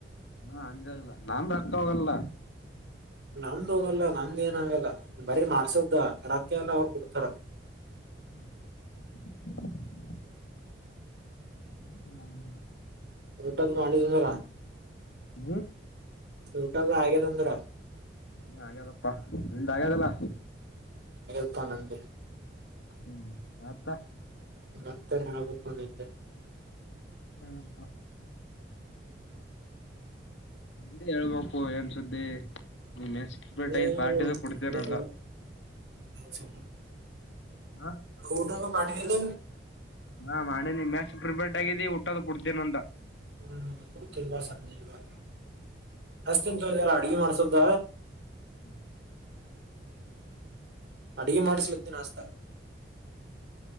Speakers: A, on the left (about 85°); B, on the right (about 65°).
A: ಹಾ ಅಂಜಾಗಲ್ಲ ನಾನ್ ರತ ಹೋಗಲ್ಲ
B: ನಮ್ದು ಹೋಗಲ್ಲ ನಮ್ದ ಏನ ಆಾಗಲ್ಲ ಬರಿ ಮಾಡ್ಸದ್ದ ಅರಕ್ಕೆ ಎಲ್ಲ ಅವ್ರು ಕು ಕೊಡ್ತಾರ
A: ಹ್ಮ ಹ ಅದ
B: ರೊಟ್ಟದ ಮಾಡಿದಂದರ
A: ಹ್ಮ
B: ಊಟಲ್ಲ ಹಾಗೆ ತಂದ್ರ
A: ಹ ಹಾಗಗ್ಯದಪ್ಪಾ ನಿಮ್ದ ಆಗ್ಯದಲ್ಲ
B: ಉಪ್ಪ ನಂದ
A: ಹ್ಮ್ ಮತ್ತಾ
B: ಮತರ್ ಹೇಳ್ಬೇಕು ನಿದೆ
A: ಹ್ಮ ಹಾ
B: ಹ್ಮ್
A: ನಿ ಹೇಳ್ಬೇಕು ಏನ್ ಸುದ್ದಿ ನೀ ಎಕ್ಸ್ಪರ್ಟ್
B: ಹ್ಮಲ್ಲ
A: ಆಗಿ ಪಾರ್ಟಿದು ಕೊಡ್ತೇನಂದ
B: ಸ
A: ಹಾ
B: ಊಟಕ ಮಾಡಟಿ ಇಲ್ಲ
A: ಹಾ ಮಾಡೇನಿ ಮ್ಯಾಸ್ ಪ್ರಿಪೇರ್ಡ್ ಆಗಿದ್ದಿ ಊಟ್ಟದ ಕುಡ್ತೇನ ಅಂತ
B: ಹ್ಮ್ ಕೊಡ್ತಂಬಾ ಸಂಜೆವಾ ಅಷ್ಟ ಎಂತಾರ ಅಡ್ಗೆ ಮಾಡ್ಸೋದ
A: ಹ್ಮ್
B: ಅಡುಗೆ ಮಾಡಿಸಲತ್ತೆ ನಾಸ್ತ